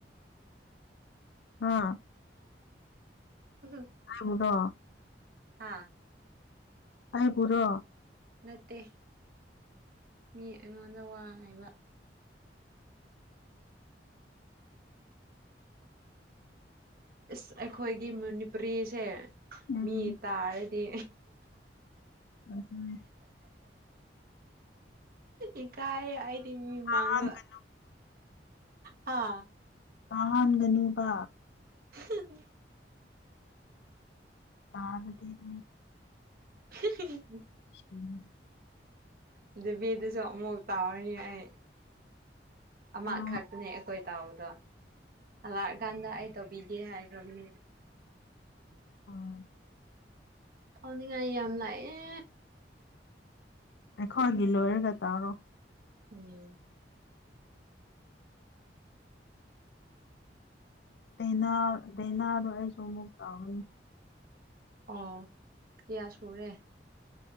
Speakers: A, on the left (about 70°); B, on the right (about 55°).
A: ꯑꯥ
B: ꯎꯝ
A: ꯍꯥꯏꯕꯨꯗꯣ
B: ꯍꯥꯥ
A: ꯑꯩꯥꯕꯨꯔꯣ
B: ꯅꯠꯇꯦ ꯃꯤ ꯑꯩꯉꯣꯟꯗ ꯋꯥ ꯍꯥꯏꯕ ꯏꯁ ꯑꯩꯈꯣꯏꯒꯤ ꯃꯅꯤꯄꯨꯔꯤꯁꯦ
A: ꯎꯝ
B: ꯃꯤ ꯇꯥꯔꯗꯤ
A: ꯎꯝ
B: ꯏꯀꯥꯏꯌꯦ ꯍꯥꯏꯗꯤ ꯃꯤ ꯃꯥꯡꯕ
A: ꯇꯥꯍꯟꯒꯅꯨ
B: ꯍꯥ
A: ꯄꯥꯍꯥꯟꯒꯅꯨꯕ
B: <inaudible>
A: ꯄꯕꯗꯤ ꯃꯤ
B: <unintelligible>
A: ꯎꯝ
B: ꯑꯗꯨ ꯕꯤꯗꯨꯁꯨ ꯑꯃꯨꯛꯇꯥꯎꯔꯅꯤ ꯑꯩ ꯑꯃ
A: ꯇꯥꯎ
B: ꯈꯛꯇꯅꯦ ꯑꯩꯈꯣꯏ ꯇꯥꯎꯕꯗꯣ ꯂꯥꯛꯑꯀꯥꯟꯗ ꯑꯩ ꯇꯧꯕꯤꯒꯦ ꯍꯥꯏꯈ꯭ꯔꯕꯅꯤ
A: ꯎꯝ
B: ꯑꯥꯎꯅꯤꯡꯉꯥꯏ ꯌꯥꯝ ꯂꯥꯛꯑꯦ
A: ꯑꯩꯈꯣꯏꯒꯤ ꯂꯣꯏꯔꯒ ꯇꯧꯔꯣ
B: ꯎꯝ
A: ꯗꯩꯅ ꯗꯩꯅꯦꯗꯣ ꯑꯩꯁꯨ ꯑꯃꯨꯛ ꯇꯥꯎꯏ
B: ꯑꯣ ꯀꯌꯥ ꯁꯨꯔꯦ